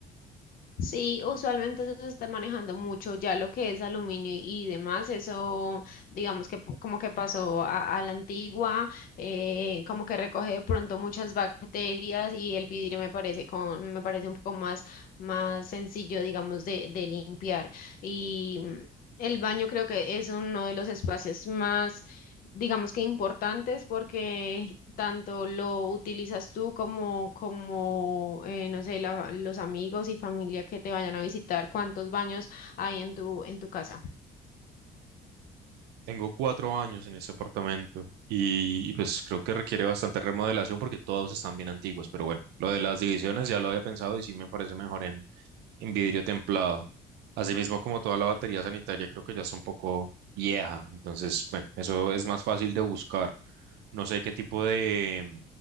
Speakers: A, on the left; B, on the right.
A: Sí, usualmente eso se está manejando mucho, ya lo que es aluminio y demás, eso digamos que po- como que pasó a, a la antigua, eh, como que recoge de pronto muchas bacterias y el vidrio me parece con, me parece un poco más, más sencillo, digamos, de, de limpiar. Y mm, el baño creo que es uno de los espacios más, digamos que importantes porque tanto lo utilizas tú como, como eh, no sé, la- los amigos y familia que te vayan a visitar, cuántos baños hay en tu, en tu casa.
B: Tengo cuatro años en este apartamento y, y, pues creo que requiere bastante remodelación porque todos están bien antiguos, pero bueno, lo de las divisiones ya lo había pensado y sí me parece mejor en, en vidrio templado. Asimismo, como toda la batería sanitaria, creo que ya está un poco vieja, entonces, bueno, eso es más fácil de buscar. No sé qué tipo de,